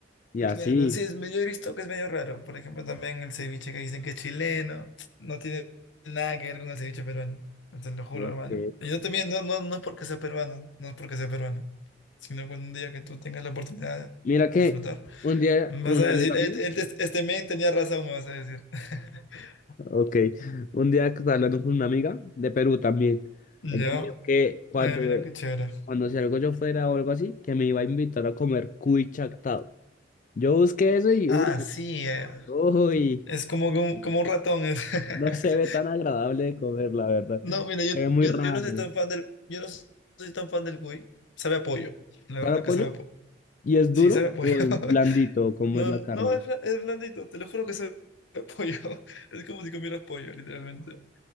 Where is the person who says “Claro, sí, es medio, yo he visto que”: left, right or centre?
Left